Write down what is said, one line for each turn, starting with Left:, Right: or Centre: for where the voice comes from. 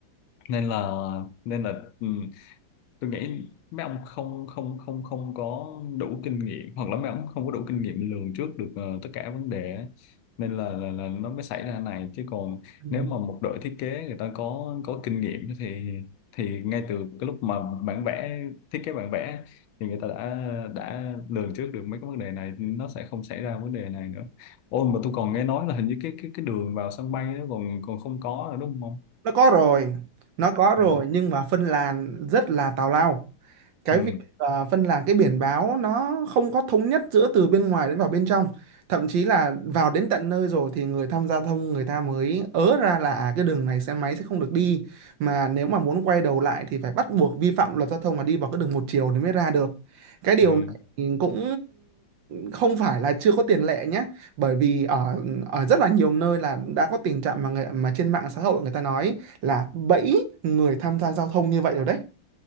Left: nên là nên là ừ, tôi nghĩ mấy ông không không không không có đủ kinh nghiệm hoặc là mấy ông không có đủ kinh nghiệm lường trước được ờ, tất cả vấn đề á. nên là, là là nó mới xảy ra này chứ còn
Right: Ừ.
Left: nếu mà một đội thiết kế người ta có có kinh nghiệm thì thì ngay từ cái lúc mà bản vẽ thiết kế bản vẽ thì người ta đã đã lường trước được mấy cái vấn đề này nó sẽ không xảy ra vấn đề này nữa ôi mà tôi còn nghe nói là hình như cái cái cái đường vào sân bay nó còn còn không có nữa đúng không
Right: nó có rồi nó có rồi
Left: ừ
Right: nhưng mà phân làn rất là tào lao cái
Left: ừ
Right: việc à, phân là cái biển báo nó không có thống nhất giữa từ bên ngoài đến vào bên trong thậm chí là vào đến tận nơi rồi thì người tham gia giao thông người ta mới ớ ra là à, cái đường này xe máy sẽ không được đi mà nếu mà muốn quay đầu lại thì phải bắt buộc vi phạm luật giao thông mà đi vào cái đường một chiều thì mới ra được cái điều
Left: ừ
Right: này thì cũng không phải là chưa có tiền lệ nhé bởi vì ở ở rất là nhiều nơi là đã có tình trạng mà người, mà trên mạng xã hội người ta nói là bẫy người tham gia giao thông như vậy rồi đấy